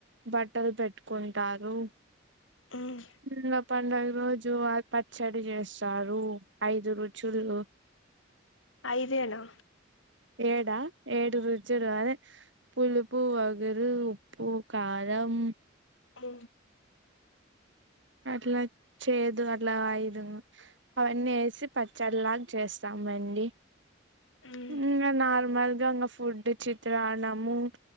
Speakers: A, on the right; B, on the left.
A: బట్టలు పెట్టుకుంటారు
B: ఉమ్
A: ఇంగ పండుగ రోజు పచ్చడి చేస్తారు ఐదు రుచులు
B: ఐదేనా
A: ఏడా ఏడు రుచులు అదే పులుపు వగురు ఉప్పు కారం
B: ఓ
A: అట్లా చేదు అట్లా ఐదు అవన్నీ వేసి పచ్చడిలాగా చేస్తామండి
B: ఉమ్
A: ఇంకా నార్మల్గా ఇంగ ఫుడ్ చిత్రాన్నము